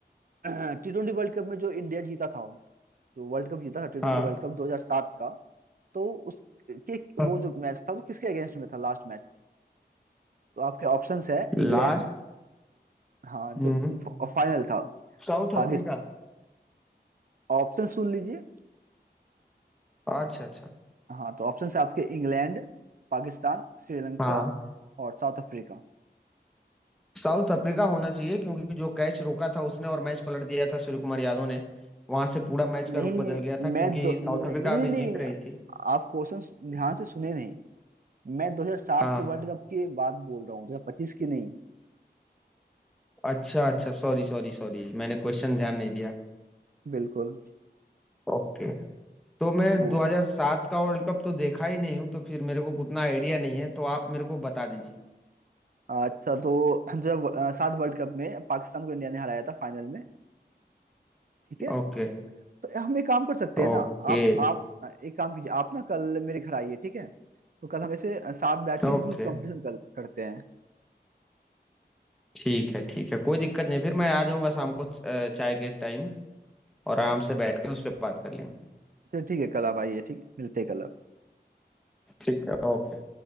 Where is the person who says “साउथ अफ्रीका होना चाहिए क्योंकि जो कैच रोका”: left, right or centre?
Centre